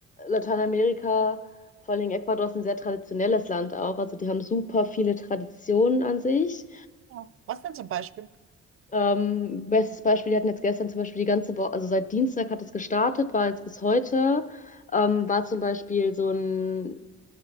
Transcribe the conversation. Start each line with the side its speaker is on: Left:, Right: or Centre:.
Left: Lateinamerika, vor allen Dingen Ecuador, ist ein sehr traditionelles Land auch. Also die haben super viele Traditionen an sich.
Right: ja, was denn zum Beispiel?
Left: Ähm, bestes Beispiel, die hatten jetzt gestern zum Beispiel die ganze Woche, also seit Dienstag hat es gestartet, war jetzt bis heute, ähm, war zum Beispiel so ein,